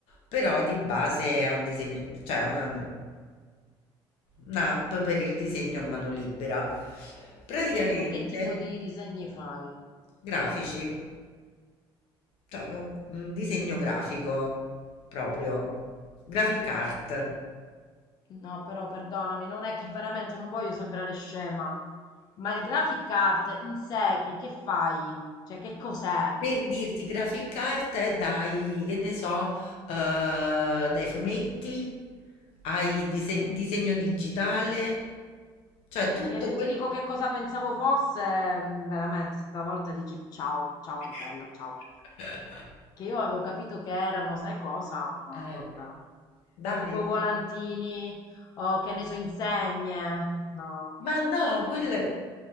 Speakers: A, on the left; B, on the left.
A: però di base è un disegno, cioè è una- un'app per il disegno a mano libera. Praticamente
B: E tu che tipo di disegni fai?
A: grafici. Cioè, eh, un disegno grafico proprio, graphic art.
B: No, però perdonami, non è che veramente non voglio sembrare scema, ma il graphic art in sé che, che fai? Cioè, che cos'è?
A: Per dirti, graphic art è dai, che ne so, eh, dai fumetti, ai dise-
B: Mm.
A: disegno digitale, cioè tutto
B: Perché se
A: quello.
B: ti dico che cosa pensavo fosse, mm, veramente, stavolta dici ciao,
A: <laughs>
B: ciao bella, ciao. Che io avevo capito che erano, sai cosa? No,
A: Eh,
B: vabbè.
A: dai.
B: Tipo volantini o che ne so, insegne. No,
A: Ma no, quelle